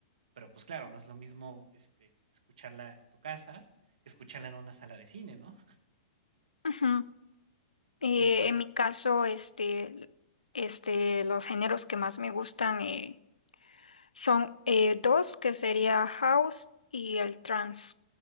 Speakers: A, on the right (about 65°); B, on the left (about 85°).
A: pero, pues, claro, no es lo mismo, este, escucharla en tu casa que escucharla en una sala de cine, ¿no?
B: Ujú. Eh,
A: Y por
B: en
A: e
B: mi caso, este, este, los géneros que más me gustan eh, son eh, dos, que sería house y el trance.